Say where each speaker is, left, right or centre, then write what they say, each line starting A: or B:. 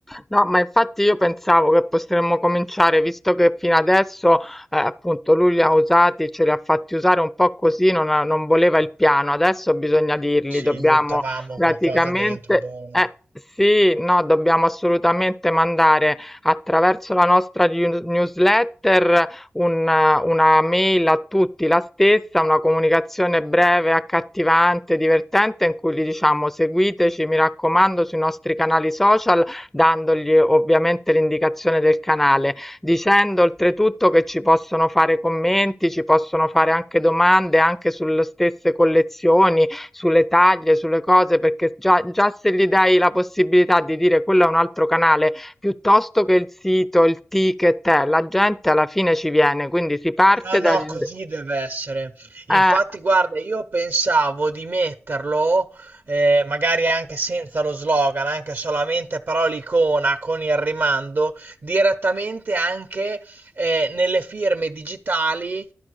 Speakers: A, in the centre; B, on the right.
A: No, ma infatti io pensavo che potremmo cominciare, visto che fino adesso, eh, appunto, lui li ha usati, ce li ha fatti usare un po' così, non, ha- non voleva il piano. Adesso bisogna dirgli,
B: Ci
A: dobbiamo
B: buttavamo
A: praticamente,
B: qualcosa dentro, buono.
A: eh, sì, no, dobbiamo assolutamente mandare attraverso la nostra news- newsletter un- una mail a tutti, la stessa, una comunicazione breve, accattivante, divertente, in cui gli diciamo seguiteci, mi raccomando, sui nostri canali social dandogli ovviamente l'indicazione del canale, dicendo oltretutto che ci possono fare commenti, ci possono fare anche domande anche sulle stesse collezioni, sulle taglie, sulle cose, perché già, già se gli dai la possibilità di dire quello è un altro canale, piuttosto che il sito, il ticket, eh, la gente alla fine ci viene, quindi si parte
B: No, no,
A: dal...
B: così deve essere. Infatti,
A: Eh,
B: guarda, io pensavo di metterlo, eh, magari anche senza lo slogan, anche solamente però l'icona con il rimando, direttamente anche eh, nelle firme digitali